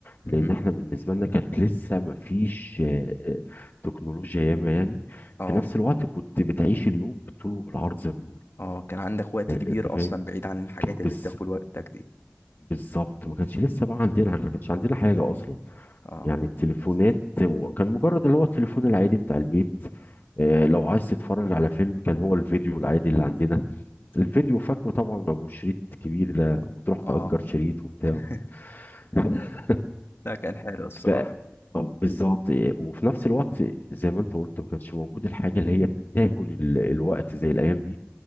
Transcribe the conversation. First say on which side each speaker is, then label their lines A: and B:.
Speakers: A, on the left; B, on the left.
A: لان
B: امم
A: احنا بالنسبه لنا كانت لسه ما فيش آه، آه، تكنولوجيا ياما يعني
B: اه
A: في نفس الوقت كنت بتعيش اليوم بالطول وبالعرض زي ما بيقولوا
B: اه كان عندك وقت
A: آه،
B: كبير
A: انت فاهم
B: اصلا بعيد عن الحاجات
A: بز
B: اللي بتاكل وقتك دي
A: بالظبط ما كانش لسه بقى عندنا ما كانش عندنا حاجه اصلا
B: اه
A: يعني التليفونات هو كان مجرد اللي هو التليفون العادي بتاع البيت آه، لو عايز تتفرج على فيلم كان هو الفيديو العادي اللي عندنا الفيديو فاكره طبعا ما ابو شريط كبير ده وتروح تأجر
B: اه
A: شريط وبتاع
B: <laughs>
A: <laughs>
B: لا كان حلو الصراحه
A: بقى بالظبط وفي نفس الوقت زي ما انت قلت ما كانش موجود الحاجه اللي هي بتاكل ال- الوقت زي الايام دي